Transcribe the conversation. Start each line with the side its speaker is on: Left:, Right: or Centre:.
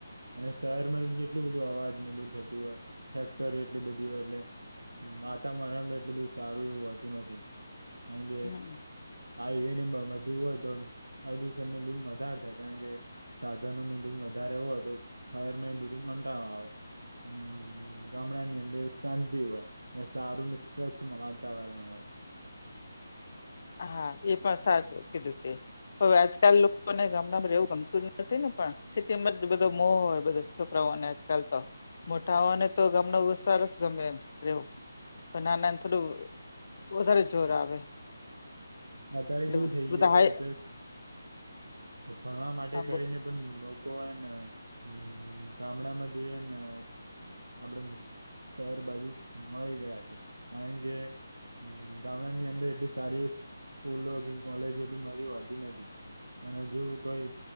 Right: અને શહેરમાં કેટલું બધું અવાજને બધું થતું હોય. એટલી બધી હોય એટલે વાતાવરણમાં એટલું બધું સારું એવું હોતું નથી. હે
Left: હમ
Right: <unintelligible> હાઈવેને બધું હોય તો પ્રદુષણને બધુ વધારે થાય. કારણ કે સાધનોની બધુ વધારે હોય, તો શહેરમાં એ બધું કંટાણો આવે અને ગામડાની અંદર શાંતિ હોય. સારુંને, સ્વચ્છ વાતાવરણ હોય.
Left: હા, એ પણ સાચું કીધું છે. હવે આજકાલ લોકોને ગામડામાં એવું ગમતું જ નથી ને પણ સિટીમાં જ બધો મો હોય બધા છોકરાઓને ચાલ તો મોટાઓને તો ગમને સરસ ગમે એમ રવું નાના નું થોડું વધારે જોર આવે
Right: અત્યારે
Left: એટલે
Right: જેવું થઈ
Left: બધા
Right: ગયું
Left: હાય
Right: કે અત ભણવા માટે
Left: હા
Right: કરીને
Left: બ
Right: પણ લોકો એના હમ ગામડા મ એન ન સ આપડે શહેર બાજુ મળી ગયા છે આ કારણ કે ગામડા ની અંદર એટલી સારી સ્કૂલો કે કોલેજો એટલી બધી હોતી નથી પણ હજુ કોઈ